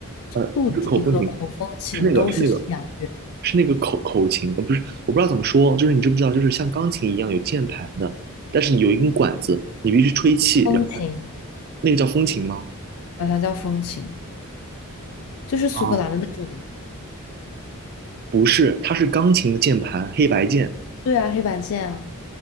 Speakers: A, on the right; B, on the left.
A: 呃，
B: 竖笛和口风琴都是西洋乐，
A: 不是口风琴，是那个，是那个，是那个口口琴，呃，不是，我不知道怎么说，就是你知不知道，就是像钢琴一样有键盘的，但是你有一根管子，你必须吹气，
B: 风琴。
A: 然后它那个叫风琴吗？
B: 好像叫风琴，就是苏格兰的那种嘛。
A: 啊，不是，它是钢琴的键盘，黑白键，
B: 对啊，黑白键啊，